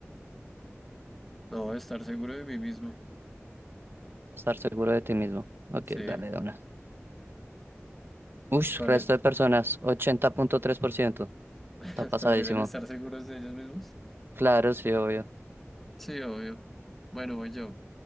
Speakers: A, in the centre; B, on the right (about 50°).
A: No, estar seguro de mí mismo.
B: Estar seguro de ti mismo. Ok,
A: Sí.
B: dale, de una. Ush,
A: ¿Cuál
B: resto
A: es?
B: de personas, ochenta punto tres por ciento,
A: <laughs>
B: Está pasadísimo.
A: Prefieren estar seguros de ellos mismos.
B: Claro, sí, obvio.
A: Sí, obvio. Bueno, voy yo.